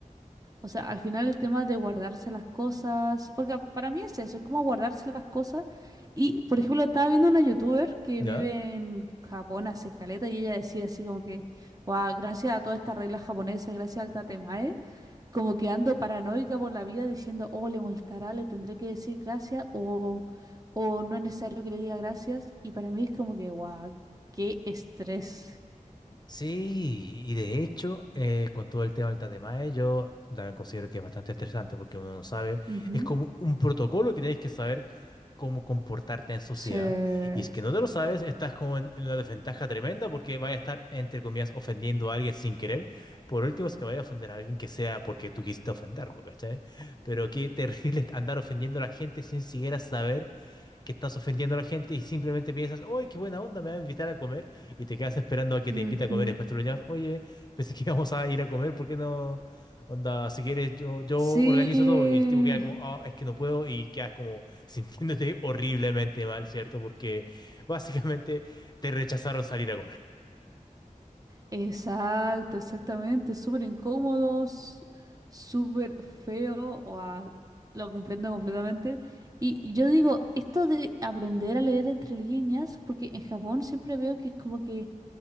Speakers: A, on the right; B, on the left.
A: O sea, al final el tema de guardarse las cosas, porque a- para mí es eso, es como guardarse las cosas. Y, por ejemplo, estaba viendo una youtuber que
B: ya
A: vive en Japón hace caleta y ella decía así como que, wow, gracias a toda esta regla japonesa, gracias al tatemae, como que ando paranoica por la vida diciendo, oh, le molestará, le tendré que decir gracias o, o no es necesario que le diga gracias. Y para mí es como que, wow, qué estrés.
B: Sí, y de hecho, eh, con todo el tema del tatemae, yo también considero que es bastante estresante porque uno no sabe,
A: Ujú.
B: es como un protocolo que tienes que saber cómo comportarte en sociedad.
A: Sí.
B: Y es que no te lo sabes, estás como en, en una desventaja tremenda porque vas a estar, entre comillas, ofendiendo a alguien sin querer. Por último, si es que vaya a ofender a alguien que sea porque tú quisiste ofenderlo, ¿cachai? Pero qué terrible <laughs> andar ofendiendo a la gente sin siquiera saber que estás ofendiendo a la gente y simplemente piensas, ¡ay, qué buena onda! Me va a invitar a comer y te quedas esperando a que
A: Ujú.
B: te invite a comer. Después tú lo llamas, oye, pensé que íbamos a ir a comer, ¿por qué no? Onda, si quieres, yo, yo
A: Sí.
B: organizo todo. Y el tipo queda como, ah, es que no puedo. Y quedas como <laughs> sintiéndote horriblemente mal, ¿cierto? Porque básicamente te rechazaron salir a comer.
A: Exacto, exactamente. Súper incómodos, súper feo. guau, lo comprendo completamente. Y, y yo digo, esto de aprender a leer entre líneas, porque en Japón siempre veo que es como que